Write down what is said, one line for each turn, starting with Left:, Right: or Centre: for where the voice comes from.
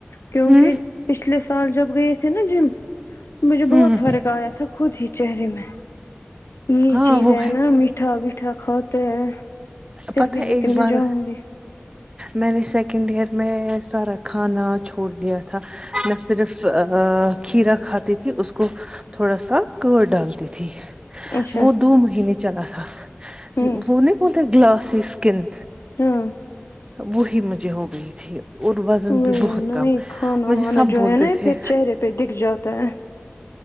Left: کیونکہ
Right: ہ
Left: پچھلے سال جب گئے تھے نا جیم مجھے
Right: ہوں
Left: بہت فرق آیا تھا خود ہی چہرے میں یہی
Right: ہاں
Left: چیز
Right: وہ
Left: ہے نا میٹھا ویٹھا کھاتے ہیں پھر
Right: پتہ
Left: بھی
Right: ہے
Left: لیکن
Right: ایک
Left: میں
Right: بار
Left: جاؤں گی
Right: میں نے سیکنڈ ایئر میں سارا کھانا چھوڑ دیا تھا میں صرف کھیرا کھاتی تھی اس کو تھوڑا سا کارڈ ڈالتی تھی
Left: اچھا
Right: وہ دو مہینے چلا تھا
Left: ہوں
Right: وہ نہیں بولتے گلاسی اسکن
Left: ہاں
Right: وہی مجھے ہو گئی تھی اور وزن
Left: وہی
Right: بھی بہت
Left: ہے نا
Right: کم
Left: یہ کھانا
Right: مجھے
Left: وانا
Right: سب
Left: جو
Right: بولتے
Left: ہے نا
Right: تھے
Left: پھر چہرے پہ دکھ جاتا ہے